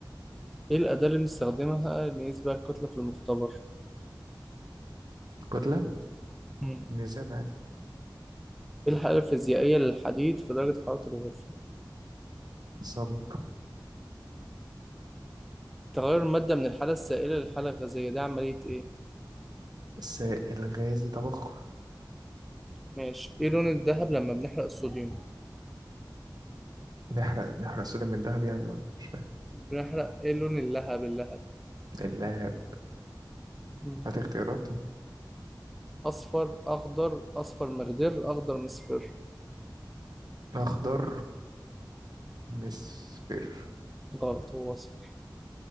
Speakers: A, in the centre; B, on the right (about 60°).
A: إيه الأداة اللي بنستخدمها نقيس بيها الكتلة في المختبر؟
B: كتلة
A: مم.
B: ميزان عادي
A: إيه الحالة الفيزيائية للحديد في درجة حرارة الغرفة؟
B: صلب
A: تغير المادة من الحالة السائلة للحالة الغازية ده عملية إيه؟
B: سائل غازي تبخر
A: ماشي إيه لون الذهب لما بنحرق الصوديوم؟
B: نحرق نحرق صوديوم من دهب يعني ولا مش
A: بنحرق إيه لون اللهب اللهب؟
B: اللاعب
A: مم.
B: هات اختيارات
A: أصفر أخضر أصفر مخضر أخضر مصفر
B: اخضر مصفر
A: غلط هو أصفر